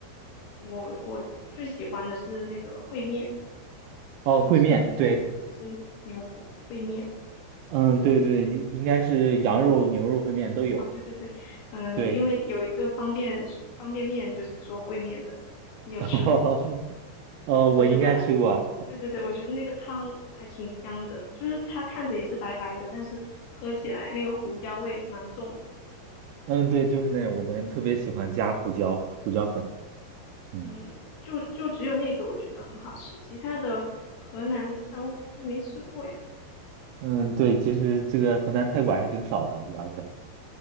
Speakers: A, on the left (about 85°); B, on the right (about 80°).
A: 我我最喜欢的是那个烩面，
B: 哦，
A: 叫什么猪骨还是牛骨烩面？
B: 烩面，对，嗯，对对，应应该是羊肉、牛肉烩面都有。
A: 啊，对对对，嗯，
B: 对，
A: 因为有一个方便方便面就是做烩面的，
B: <laughs>
A: 你有吃过吗？
B: 哦，呃我应该吃过。
A: 我觉得，对对对，我觉得那个汤还挺香的，就是它看着也是白白的，但是喝起来那个胡椒味蛮重的。
B: 嗯，对，就是那种我们特别喜欢加胡椒、胡椒粉。嗯
A: 嗯，就就只有那个我觉得很好吃，其他的河南的菜我好像没吃过呀。
B: 嗯，对，其实这个河南菜馆还挺少的，主要是